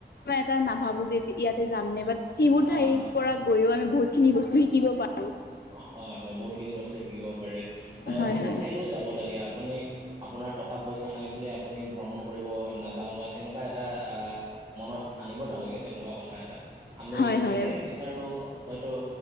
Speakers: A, on the left; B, on the right.
A: ইমান এটা নাভাবোঁ যে ইয়াতে যাম নে, বাট সেইবোৰ
B: হয়
A: ঠাইৰ
B: হয়
A: পৰা গৈয়ো আমি বহুতখিনি বস্তু শিকিব পা
B: হয়, হয় বহুতখিনি বস্তু শিকিব পাৰে। ত
A: হয়
B: সেইবোৰ
A: হয়।
B: ঠাইলৈও যাব লাগে। আপুনি আপোনাৰ টকা-পইচা নাই বুলি আপুনি ভ্ৰমণ কৰিব নাযাওঁ বা তেনেকুৱা এটা আ মনত আনিব নালাগে তেনেকুৱা কথা এটা। আমি
A: হয়
B: যেতিয়াই
A: হয়
B: বিচাৰো হয়তো